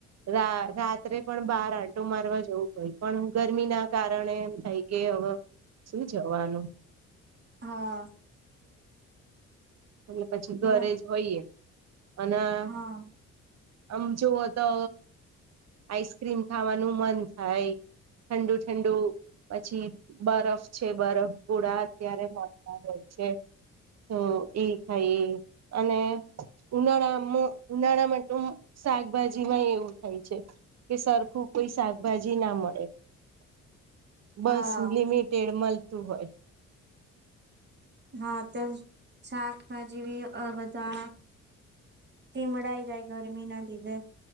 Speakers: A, on the right; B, on the right.
A: રા-રાત્રે પણ બાર આંટો મારવા જવું હોઈ પણ ગરમીના કારણે એમ થાય કે હવે શું જવાનું
B: હા
A: એટલે પછી ઘરે
B: એટલે
A: જ હોઈએ અન આમ
B: હા
A: જુઓ તો આઈસ્ક્રીમ ખાવા નુ મન થાય ઠંડુ ઠંડુ પછી બરફ છે બરફ ગોડા અત્યારે મળતા હોય છે તો એ ખાઈ અને ઉનાળા મો ઉનાળા માટે શાકભાજી માં એવુ થાય છે કે સરખું કોઈ શાકભાજી ના મળે બસ
B: હા
A: લિમિટેડ મળતું હોય
B: હા તો શા ભાજી ભી અ બધા ધીમડાઈ જાય ગરમી ના દીધે